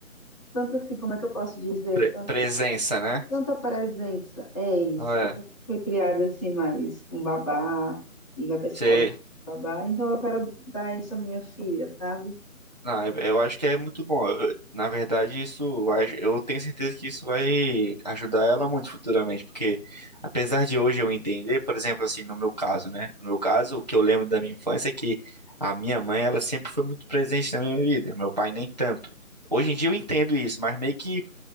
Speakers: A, on the left; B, on the right.
A: tanta assim, como é que eu posso dizer?
B: pre- presença, né?
A: Tanta presença, é isso.
B: Ah,
A: Eu sempre
B: É,
A: fui criada assim, mais com babá, e vai pra escola
B: sei.
A: e com babá. Então eu quero dar isso à minha filha, sabe?
B: Não, eu eu acho que é muito bom. Eu- Na verdade, isso vai, eu tenho certeza que isso vai ajudar ela muito futuramente, porque apesar de hoje eu entender, por exemplo, assim, no meu caso, né? No meu caso, o que eu lembro da minha infância é que a minha mãe, ela sempre foi muito presente na minha vida, meu pai nem tanto. Hoje em dia eu entendo isso, mas meio que